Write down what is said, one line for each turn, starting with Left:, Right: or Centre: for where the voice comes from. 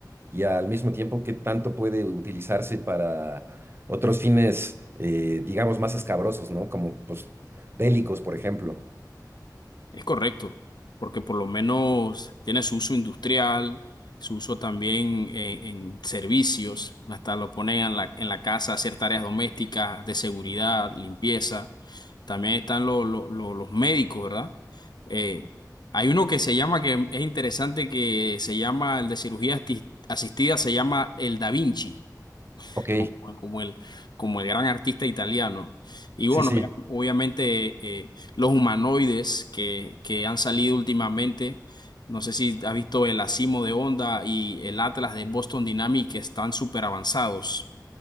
Right: y al mismo tiempo qué tanto puede utilizarse para otros fines, eh, digamos, más escabrosos, ¿no? Como, pues, bélicos, por ejemplo.
Left: Es correcto, porque por lo menos tiene su uso industrial, su uso también en, en servicios, hasta lo ponen en la, en la casa a hacer tareas domésticas, de seguridad, limpieza. También están lo- lo- lo- los médicos, ¿verdad? Eh, hay uno que se llama, que es interesante, que se llama el de cirugía asti- asistida, se llama el Da Vinci
Right: Ok,
Left: como, como el, como el gran artista italiano. Y bueno,
Right: sí, sí.
Left: obvia- obviamente eh, los humanoides que, que han salido últimamente, no sé si has visto el Asimo de Honda y el Atlas de Boston Dynamics que están súper avanzados.